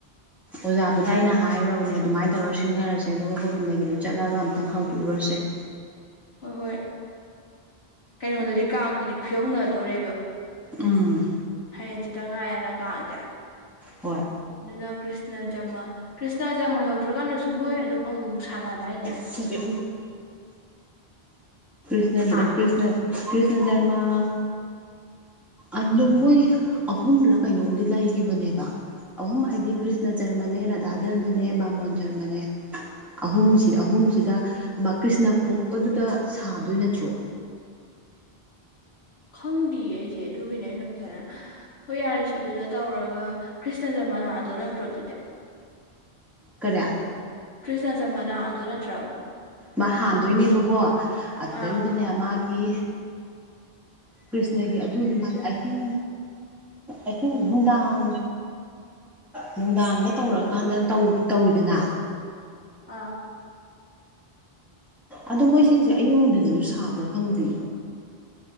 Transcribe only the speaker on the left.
ꯍꯣꯏ ꯍꯣꯏ ꯀꯩꯅꯣꯗꯗꯤ ꯀꯥꯡꯅꯗꯤ ꯈꯨꯌꯧꯅꯗꯣꯔꯦꯕ
ꯍꯌꯦꯡꯁꯤꯦꯇꯪ ꯉꯥꯏꯔꯅ ꯀꯥꯡꯥꯡꯗꯦ
ꯑꯗꯨꯅ ꯀ꯭ꯁꯅ ꯖꯃꯥ ꯀ꯭ꯔꯤꯁꯅ ꯖꯃꯟ ꯌꯧꯗ꯭ꯔꯀꯥꯟꯗꯁꯨ ꯃꯣꯏ ꯑꯗꯨꯝ ꯑꯃꯨꯛꯃꯨꯛ ꯁꯥꯟꯅꯗꯥꯏꯅꯦ
ꯍꯥ
ꯈꯪꯗꯦꯌꯦ ꯑꯩꯁꯦ ꯑꯗꯨꯒꯤꯅꯦ ꯑꯩꯅ ꯐꯖꯅ ꯍꯣꯏ ꯌꯥꯔꯤꯁꯦ ꯑꯗꯨꯗ ꯇꯧꯔꯒ ꯀ꯭ꯔꯤꯁꯅꯖ ꯃꯅꯥꯗꯣ ꯅꯠꯇ꯭ꯔꯣ ꯑꯗꯨꯗꯤ
ꯀ꯭ꯔꯤꯁꯅꯖ ꯃꯅꯥꯗꯣ ꯅꯠꯇ꯭ꯔꯕ
ꯑꯥ
ꯑꯥ